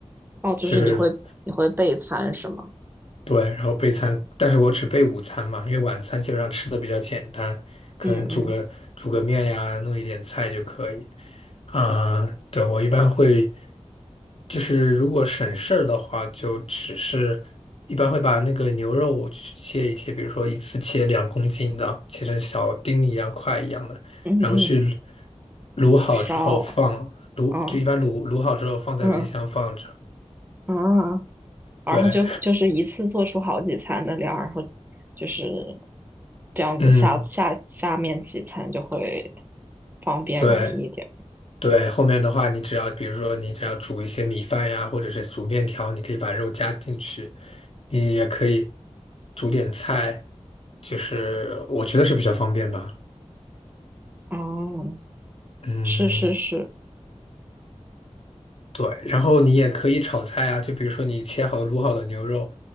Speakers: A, on the right (about 15°); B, on the left (about 55°).
A: 哦，就是你会你会备餐是吗？
B: 就是。对，然后备餐，但是我只备午餐嘛，因为晚餐基本上吃的比较简单，可能煮个煮个面呀，
A: 嗯嗯
B: 弄一点菜就可以。啊、对，我一般会，就是如果省事儿的话，就只是一般会把那个牛肉去切一切，比如说一次切两公斤的，切成小丁一样块一样的，
A: 嗯嗯，
B: 然后去卤好之后放卤，
A: 烧，啊
B: 就一般卤卤好之后放在冰箱放着。
A: 嗯嗯啊。然后就就是一次做出好几餐的量，
B: 对，
A: 然后就是这样子下下下面几餐就会
B: 嗯，
A: 方便容易一点。
B: 对。对，后面的话，你只要比如说你只要煮一些米饭呀，或者是煮面条，你可以把肉加进去，你也可以煮点菜，就是我觉得是比较方便吧。
A: 哦，
B: 嗯，
A: 是是是
B: 对，然后你也可以炒菜啊，就比如说你切好卤好的牛肉，